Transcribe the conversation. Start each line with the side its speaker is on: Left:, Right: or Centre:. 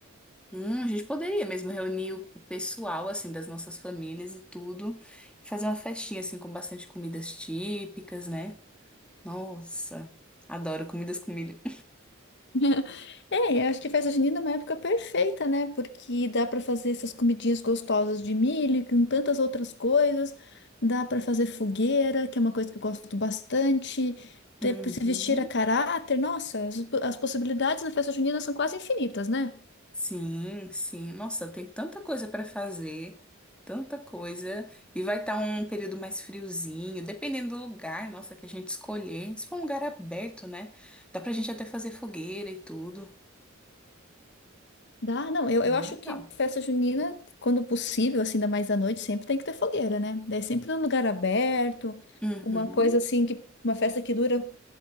Centre: Hum, a gente poderia mesmo reunir o pessoal assim das nossas famílias e tudo, e fazer uma festinha assim com bastante comidas típicas, né? Nossa, adoro comidas com milho.
Left: <laughs> É, eu acho que festa junina é uma época perfeita, né? Porque dá para fazer essas comidinhas gostosas de milho, e com tantas outras coisas. Dá para fazer fogueira, que é uma coisa que eu gosto bastante. Ter,
Centre: Uhum.
Left: se vestir a caráter. Nossa, as, as possibilidades na festa junina são quase infinitas, né?
Centre: Sim, sim. Nossa, tem tanta coisa para fazer, tanta coisa. E vai estar um período mais friozinho, dependendo do lugar, nossa, que a gente escolher. Se for um lugar aberto, né? Dá pra gente até fazer fogueira e tudo.
Left: Dá, não,
Centre: Vai
Left: eu,
Centre: ser
Left: eu
Centre: bem
Left: acho
Centre: legal.
Left: que festa junina, quando possível, assim, ainda mais à noite, sempre tem que ter fogueira, né? Daí sempre num lugar aberto,
Centre: Uhum,
Left: uma coisa assim, que uma festa que dura